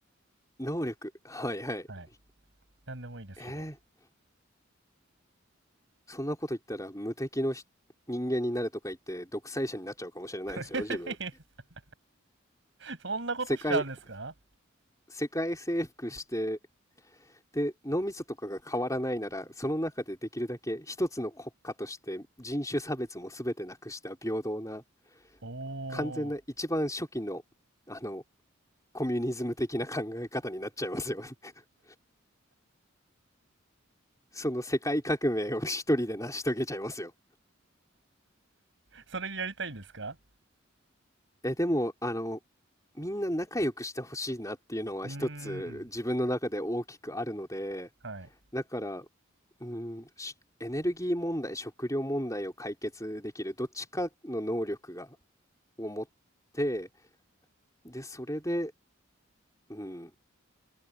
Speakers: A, on the left (about 15°); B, on the right (about 65°).
A: 能力、はい、はい。
B: う。はい。なんでもいいですけど。
A: えーそんなこと言ったら無敵のひ人間になるとか言って独裁者になっちゃうかもしれないですよ、
B: <laughs>
A: 自分。
B: そんなことしちゃうんですか
A: 世界、<laughs> 世界征服して、で、脳みそとかが変わらないなら、その中でできるだけ一つの国家として人種差別も全てなくした平等な、
B: おー。
A: 完全な一番初期の、あの、コミュニズム的な考え方になっちゃいますよ。<laughs> その世界革命を一人で成し遂げちゃいますよ。
B: それやりたいんですか
A: え、でも、あの、みんな仲良くしてほしいなっていうのは一つ自分の中で大きくあるので、
B: うーん。はい。
A: だから、うん、しエネルギー問題、食料問題を解決できるどっちかの能力がを持って、で、それで、うん、